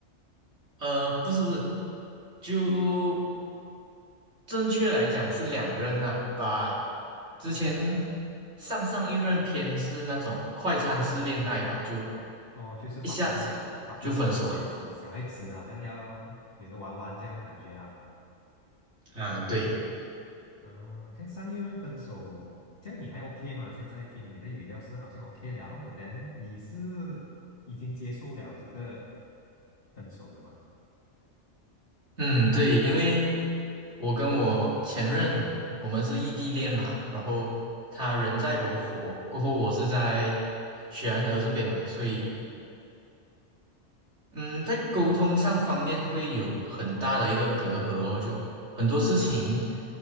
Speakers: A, on the right; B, on the left.
A: 呃，不是不是，就正确来讲是两任啊。把之前上上一任偏是那种快餐式恋爱吧，就
B: 哦，就是芭比了，
A: 一下子就分手了
B: 芭比了，小孩子，小孩子好像要有的玩玩这样的感觉啦。
A: 啊。对，
B: 嗯、这样上一任分手，这样你还 OK 吗？现在听你的语调是好像 OK 了，but then 你是已经接受了这个分手的嘛？
A: 嗯，对，因为我跟我前任我们是异地恋嘛，然后他人在柔佛，过后我是在雪兰莪这边嘛，所以。嗯，在沟通上方面会有很大的一个隔阂哦，就很多事情